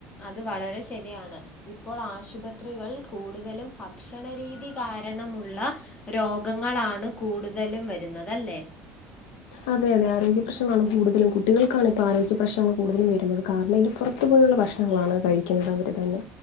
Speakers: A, on the left; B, on the left.
A: അത് വളരെ ശരിയാണ്. ഇപ്പോൾ ആശുപത്രികൾ കൂടുതലും ഭക്ഷണരീതി കാരണമുള്ള രോഗങ്ങളാണ് കൂടുതലും വരുന്നതല്ലേ
B: അതെ അതെ ആരോഗ്യ പ്രശ്നംമാണ് കൂടുതലും കുട്ടികൾക്കാണ് ഇപ്പ ആരോഗ്യ പ്രശ്നങ്ങൾ കൂടുതലും വരുന്നത് കാരണ ഇപ്പ അതുപോലുള്ള ഭക്ഷണങ്ങളാണ് കഴിക്കുന്നത് അവര് തന്നെ